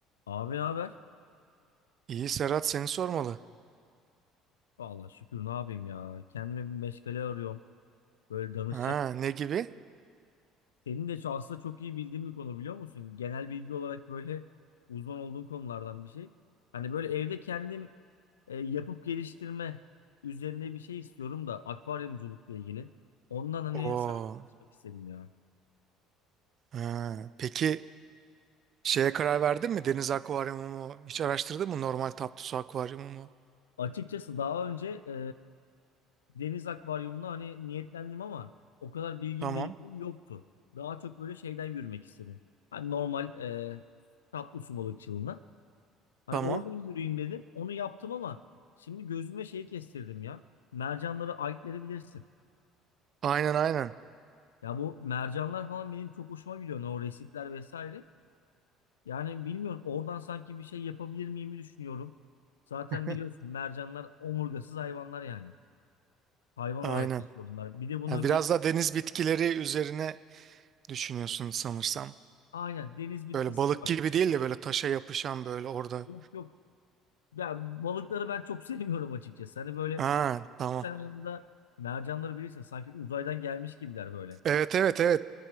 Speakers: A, on the left; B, on the right.
A: Abi ne haber?
B: İyi Serhat seni sormalı.
A: Vallahi şükür ne yapayım ya. Kendime bir meşgale arıyorum. Böyle danışacak.
B: Ha, ne gibi?
A: Senin de çok- aslında çok iyi bildiğin bir konu biliyor musun? Genel bilgi olarak böyle uzman olduğun konulardan bir şey. Hani böyle evde kendim e, yapıp geliştirme üzerine bir şey istiyorum da akvaryumculukla ilgili. Ondan hani
B: Oo.
A: sana konuşmak istedim ya.
B: Ha, peki şeye karar verdin mi? Deniz akvaryumu mu? Hiç araştırdın mı? Normal tatlı su akvaryumu mu?
A: Açıkçası daha önce e, deniz akvaryumuna hani niyetlendim ama o kadar bilgim
B: Tamam.
A: birikimim yoktu. Daha çok böyle şeyden yürümek istedim. Hani normal e, tatlı su balıkçılığına. Hani
B: Tamam.
A: oradan yürüyeyim dedim. Onu yaptım ama şimdi gözüme şeyi kestirdim ya. Mercanları, ayıkları bilirsin.
B: Aynen aynen.
A: Ya bu mercanlar falan benim çok hoşuma gidiyor. Hani o resipler vesaire. Yani bilmiyorum oradan sanki bir şey yapabilir miyimi düşünüyorum. Zaten
B: <laughs>
A: biliyorsun mercanlar omurgasız hayvanlar yani. Hayvan
B: Aynen.
A: olarak geçiyor bunlar. Bir de bunların
B: Ha, biraz
A: bitki
B: da deniz bitkileri üzerine düşünüyorsun sanırsam.
A: Aynen deniz bitkisi
B: Böyle balık
A: var.
B: gibi değil de böyle taşa yapışan böyle orada.
A: Yok yok. Ya balıkları ben çok <laughs> sevmiyorum açıkçası. Hani böyle
B: Ha, tamam.
A: sen anında mercanları bilirsin sanki uzaydan gelmiş gibiler böyle.
B: Evet evet evet.